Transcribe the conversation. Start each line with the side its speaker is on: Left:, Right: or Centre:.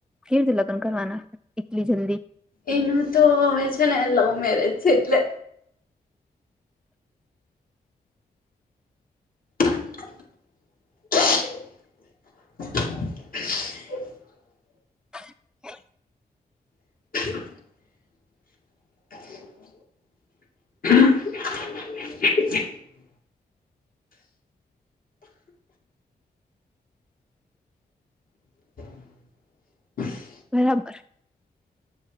Centre: કેવી રીતે લગન કરવાના એટલી જલદી?
Left: એનું તો હવે છે ને લવ મેરેજ એટલે. <unintelligible>
Centre: હા <unintelligible>
Left: હ <unintelligible> અહં <unintelligible> હ <unintelligible>
Centre: બરાબર.